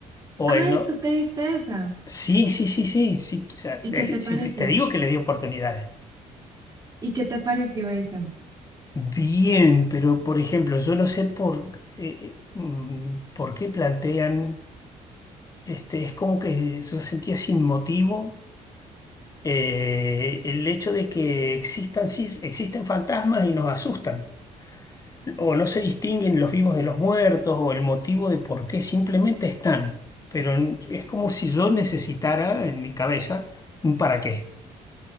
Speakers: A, on the left; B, on the right.
A: o
B: Ay,
A: en... no-
B: tú te viste esa.
A: Sí, sí, sí, sí, sí, o sea,
B: ¿Y
A: <laughs> eh,
B: qué te
A: sí,
B: pareció?
A: te digo que le di oportunidades.
B: ¿Y qué te pareció esa?
A: Bien, pero por ejemplo, yo no sé por, eh, eh, mm, por qué plantean, este, es como que yo sentía sin motivo eh, el hecho de que existan, sí, existen fantasmas y nos asustan. o no se distinguen los vivos de los muertos o el motivo de por qué, simplemente están. Pero n- es como si yo necesitara en mi cabeza un para qué.